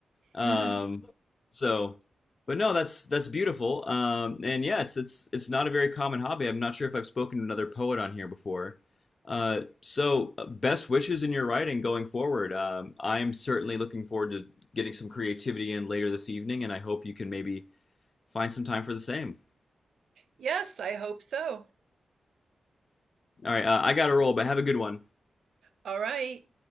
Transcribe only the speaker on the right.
<laughs>
Yes, I hope so.
All right.